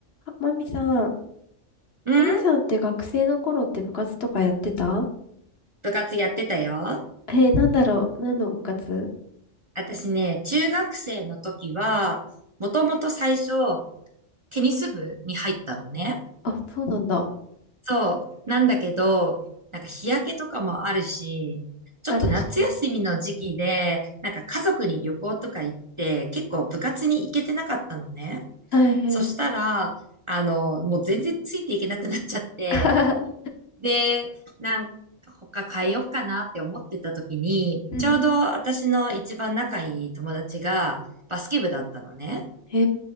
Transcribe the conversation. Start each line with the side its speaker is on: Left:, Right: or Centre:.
Left: あマミさん、
Right: うん
Left: マミさんって学生の頃って部活とかやってた
Right: 部活やってたよ。
Left: えー、なんだろう、何の部活
Right: 私ね、中学生の時は、もともと最初、テニス部に入ったのね。
Left: あ、そうなんだ。
Right: そう。なんだけど、なんか日焼けとかもあるし、ちょっと夏休みの時期で、
Left: あ、確かに。
Right: なんか家族に旅行とか行って、結構部活に行けてなかったのね。
Left: はいはい。
Right: そしたら、あの、もう全然ついていけなくなっちゃって、
Left: <laughs> あはは
Right: で、なん他変えようかなって思ってた時に、
Left: うん。
Right: ちょうど私の一番仲いい友達がバスケ部だったのね。
Left: へ